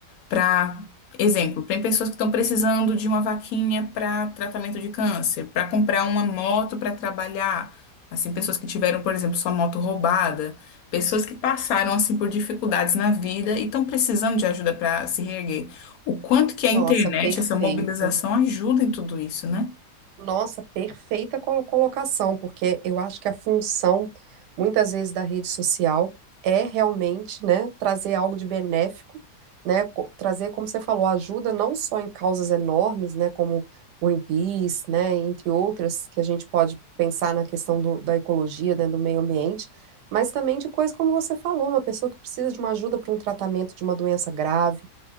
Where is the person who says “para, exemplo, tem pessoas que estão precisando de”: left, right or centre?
Left